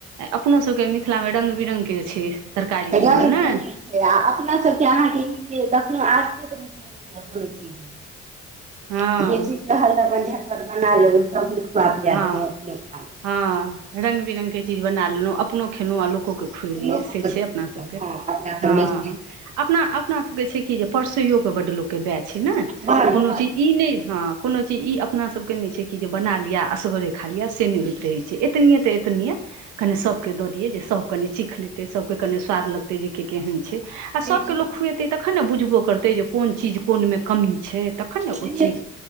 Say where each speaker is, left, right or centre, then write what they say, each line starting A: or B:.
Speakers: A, on the right; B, on the right.
A: अपनो सभके मिथिलामे रंग बिरंग के छै तरकारी
B: छै
A: तीमन
B: आ
A: ने
B: अपना सबके अहाँके ई कखनो आसे त नहि भऽ सकैा कोनो चीज
A: हँ
B: जे चीज रहल अपन चट बना लेलहुँ सभके खुआ पिया
A: हँ
B: देलहुं अपनो खा लेलहु
A: हँ रंग बिरंग के चीज बना लेलहुँ अपनो खेलहुँ अ लो के खुलियै
B: लोको
A: से
B: के
A: छै
B: खुएलहुँ
A: अपना सबके
B: हँ अपना सबमे
A: हँ
B: से छै
A: अपना अपना सबके छै कि जे परसैयो के बड्ड लोकके बाए छै ने
B: बड
A: कोनो
B: बड
A: चीज ई नहि ह कोनो चीज ई अपना सबके नहि छै कि जे बना लिअ आ असगरे खा लिय से नहि होइत रहे छै एतनीे ते एतनीे कनि सब के दऽ दिये जे सब कने चीख लेते सब के कने स्वाद लगते जे की केहन छै
B: छैहे
A: आ सभके
B: की
A: लोक खुएतै तखन ने बुझबो करतै जे कोन चीज कोनमे कमी छै तखन ने
B: छैहे
A: ओ चीज